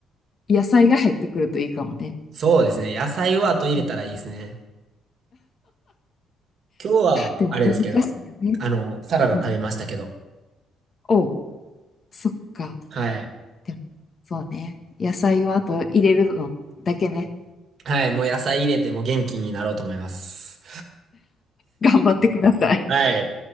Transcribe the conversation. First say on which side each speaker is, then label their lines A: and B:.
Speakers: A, on the left; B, on the right.
A: 野菜が入ってくるといいかもね。
B: そうですね。野菜を後入れたらいいですね。
A: うん、
B: 今日は、
A: でも難しいよね。
B: あれですけど、あの、サラダ食べましたけど。
A: うん。お、そっか。
B: はい。
A: でも、そうね。野菜をあと入れるのだけね。
B: はい、もう野菜入れても元気になろうと思います。
A: 頑張ってください。
B: はい。